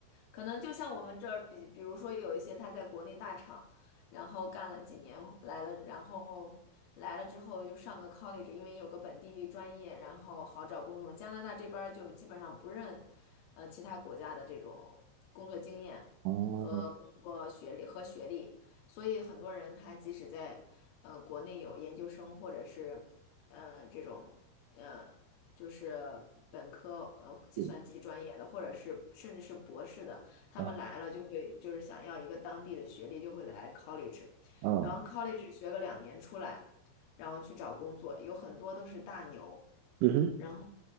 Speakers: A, on the left (about 85°); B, on the right (about 85°).
A: 可能就像我们这儿比，比如说有一些他在国内大厂，然后干了几年来了，然后来了之后又上个 college，因为有个本地专业，然后好找工作。加拿大这边儿就基本上不认，呃，其他国家的这种工作经验和工作学历和学历，
B: 哦，
A: 所以很多人他即使在呃国内有研究生或者是呃这种呃。就是本科呃计算机专业的，
B: 是
A: 或者是甚至是博士的，他们来了就会就是想要一个当地的学历，
B: 啊
A: 就会来 college，
B: 啊，
A: 然后 college 学个两年出来，然后去找工作，有很多都是大牛，
B: 嗯哼。
A: 然后